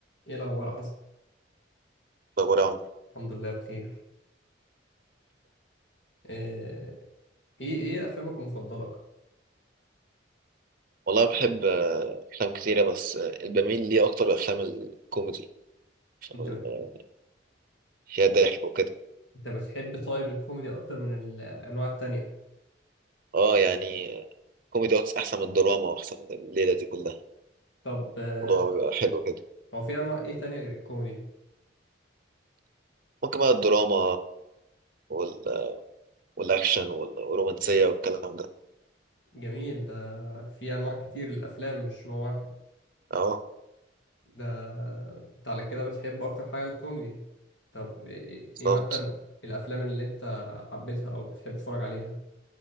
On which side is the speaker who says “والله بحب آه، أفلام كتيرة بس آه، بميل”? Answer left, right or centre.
Right